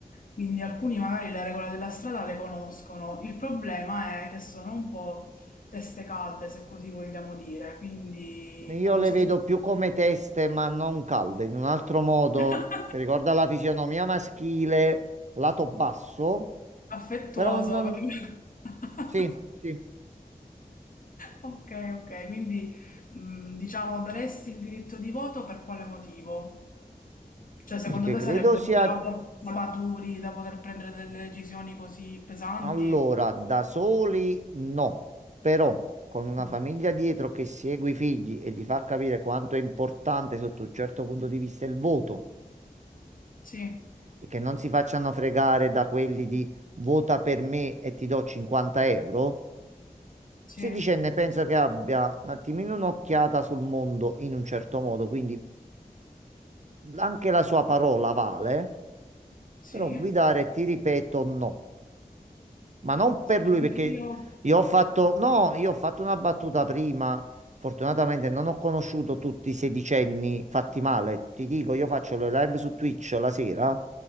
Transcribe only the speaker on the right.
Io
le
vedo
più come teste, ma non calde, in un altro modo
che ricorda la fisionomia maschile, lato basso,
però non...
Sì, sì,
perché
credo
sia...
Allora, da soli no, però con una
famiglia dietro che segue i figli e gli fa capire quanto è importante sotto un certo punto di vista il voto
e che non si facciano fregare da quelli di vota per me e ti do 50 euro,
sedicenne penso che abbia un attimino un'occhiata sul mondo in un certo modo, quindi anche la sua parola vale,
però guidare ti ripeto no. ma non per
lui
perché io ho fatto,
no, io ho fatto una battuta prima. Fortunatamente non ho conosciuto tutti i sedicenni fatti male. Ti dico, io faccio le live su Twitch la sera.